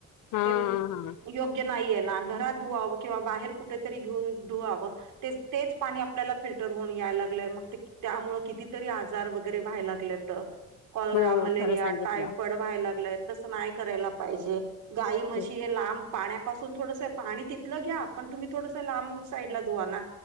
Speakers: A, on the left; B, on the right.
A: हा
B: ते
A: हा
B: योग्य ग्या नाहीये ना घरात धुवावं किंवा बाहेर कुठेतरी घेऊन धुवावं. तेच तेच पाणी आपल्याला फिल्टर होऊन यायला लागलंय मग ते. त्यामुळे कितीतरी आजार वगैरे व्हायला लागले कॅलरा
A: हो
B: मलेरिया
A: खरं सांगितलं
B: टायफड. व्हायला लागलय तस नाही करायला पाहिजे गाय म्हशी
A: हो
B: हे लांब. पाण्यापासून थोडस पाणी तिथलं घ्या पण तुम्ही थोडस लांब साईडला धुवा ना.